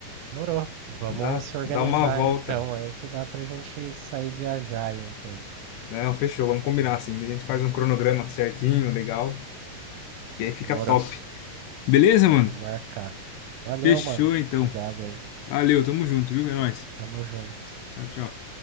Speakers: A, on the right; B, on the left.
A: Morou. Vamos
B: Dá,
A: se organizar
B: dá uma volta.
A: então aí que dá pra gente sair viajar aí um tempo.
B: Não, fechou. Vamos combinar assim. Daí A gente faz um cronograma certinho, legal. E aí fica
A: Demorou.
B: top. Beleza, mano?
A: Vamos marcar. Valeu,
B: Fechou
A: mano.
B: então.
A: Obrigado aí.
B: Valeu, tamo junto, viu? É nóis.
A: Tamo junto.
B: Tchau, tchau.